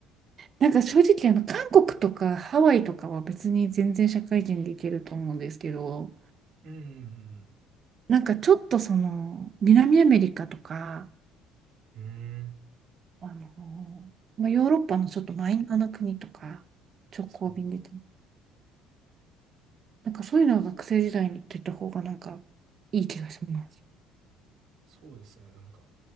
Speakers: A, on the right (about 40°); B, on the right (about 60°).
A: なんか正直あの韓国とかハワイとかは別に全然社会人でいけると思うんですけど
B: うんうん
A: なんかちょっとその南アメリカとか
B: うん。うーん。
A: あの、まあ、ヨーロッパのちょっとマイナーな国とか直行便で
B: そうか。
A: なんかそういうのは学生時代に行ってた方がなんかいい気がします。
B: そうですね。なんか、